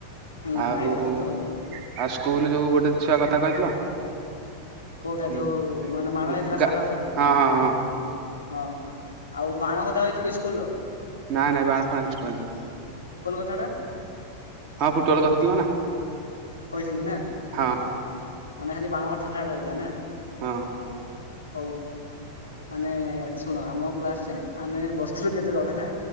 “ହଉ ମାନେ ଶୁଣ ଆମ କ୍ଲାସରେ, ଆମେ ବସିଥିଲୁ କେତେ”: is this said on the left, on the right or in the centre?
Left